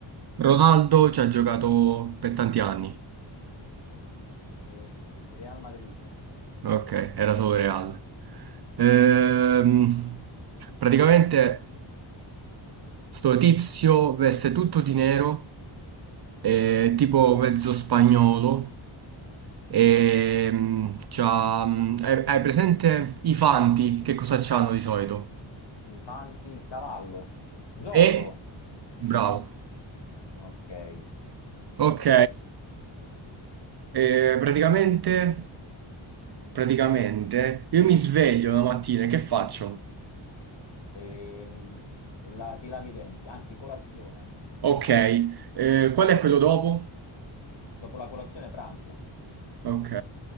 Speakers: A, on the right (about 50°); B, on the left (about 60°).
A: Ronaldo ci ha giocato per tanti anni,
B: eh, Real Madrid,
A: ok, era solo Real. Ehm, praticamente sto tizio veste tutto di nero, è
B: ok.
A: tipo mezzo spagnolo, e mm, c'ha, mm, hai hai presente i fanti, che cosa c'hanno di solito?
B: Infanti, il cavallo. Zorro,
A: E, bravo,
B: ok.
A: ok, eh, praticamente... Praticamente io mi sveglio la mattina e che faccio?
B: Ehm, la- ti lavi i denti, anzi, colazione.
A: Ok, eh, qual è quello dopo?
B: Dopo la colazione, pranzo.
A: Ok,